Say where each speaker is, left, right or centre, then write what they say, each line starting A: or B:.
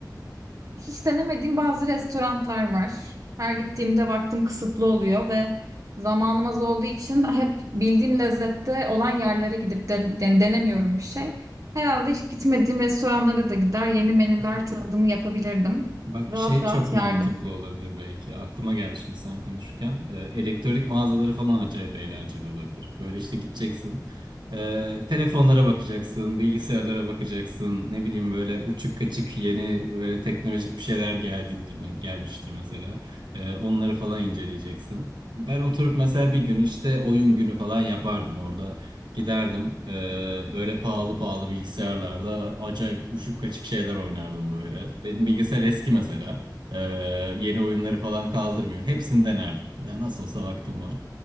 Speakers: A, on the right (about 45°); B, on the right (about 85°).
A: hiç denemediğim bazı restoranlar var. Her gittiğimde vaktim kısıtlı oluyor ve zamanım az olduğu için hep bildiğim lezzette olan yerlere gidip den- den- denemiyorum bir şey. Herhalde hiç gitmediğim restoranlara da gider, yeni menüler
B: hı.
A: tadımı yapabilirdim.
B: Bak
A: Rahat
B: şey
A: rahat
B: çok mantıklı
A: yerdim.
B: olabilir belki. Aklıma geldi şimdi sen konuşurken. Ee, elektronik mağazaları falan acayip eğlenceli olabilir. Böyle işte gideceksin. Ee, telefonlara bakacaksın, bilgisayarlara bakacaksın. Ne bileyim böyle uçuk kaçık yeni böyle teknolojik bir şeyler geldiğidir, gelmiştir mesela. Ee, onları falan inceleyeceksin. Ben oturup mesela bir gün işte oyun günü falan yapardım orada. Giderdim eee, böyle pahalı pahalı bilgisayarlarda acayip uçuk kaçık şeyler oynardım böyle. Benim bilgisayar eski mesela. Eee, yeni oyunları falan kaldırmıyor. Hepsini denerdim. Ya nasıl olsa vaktim var.